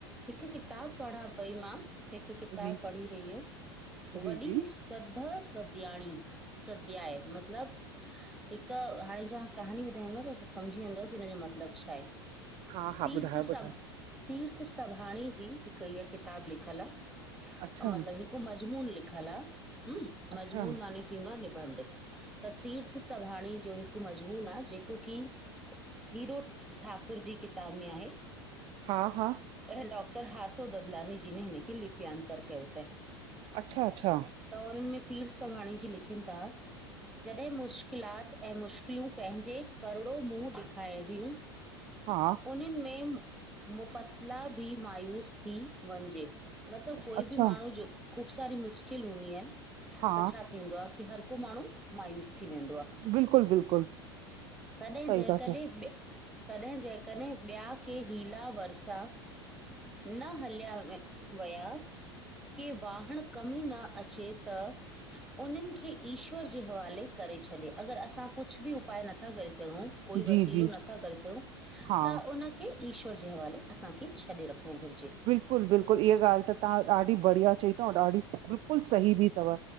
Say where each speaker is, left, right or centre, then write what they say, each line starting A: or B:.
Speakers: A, in the centre; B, on the right.
A: हिक किताब पढ़ां पई मां, हिक किताब
B: जी
A: पढ़ी रही हम
B: जी
A: वॾी
B: जी
A: सध, सध्याणी, सध्याय मतलब हिक हाणे जा कहाणी ॿुधाईंदीमांव त सम्झी वेंदव की हिन जो मतलब छाहे? तीर्थ
B: हा हा ॿुधायो
A: सभ,
B: ॿुधायो
A: तीर्थ सभाणी जी हिक हीअ किताब लिखल आ।
B: अच्छा
A: मतलब हिक मजमून लिखल आ, हूं,
B: अच्छा
A: मजमून मानें थींदो आ निबंध, त तीर्थ सभाणी जो हिक हिक मज़मून आ, जेको की हीरो ठाकुर जी किताब में आहे।
B: हा हा
A: अहिं डॉक्टर हासो ददलानी जी ने हिनखे लिपियांतर कयो तैं।
B: अच्छा अच्छा
A: त उन्में तीर्थ संभाणी जी लिखिन था जॾहिं मुश्किलात ऐं मुश्किलूं पंहिंजे करोंड़ो मुंह ॾेखारियूं,
B: हा
A: उनिन में मुपतला बि मायूस थी वञजे, मतलब कोई
B: अच्छा
A: बि माण्हूं, जो ख़ूब सारी मुश्किल हूंदी एन
B: हा
A: त छा थींदो आ, की हर को माण्हूं मायूस थी वेंदो आ।
B: बिल्कुलु बिल्कुलु
A: तॾहिं,
B: सही
A: जेकॾहिं
B: था चओ
A: तॾहिं जे कॾहिं ॿिया के हीला वरसा न हलिया वया के वाहण कमीं न अचे त उनिन खे ईश्वर जे हवाले करे छॾे, अगर असां कुछ बि उपाय नथा करे सघूं, कोई वसीलो
B: जी जी
A: नथा करे सघूं,
B: हा
A: त उन खे ईश्वर जे हवाले, असांखे छॾे रखणो घुरजे।
B: बिल्कुल बिल्कुल इआ ॻाल्हि तहां ॾाढ़ी बढ़िया चई तव, ॾाढ़ी बिल्कुल सही बि तव।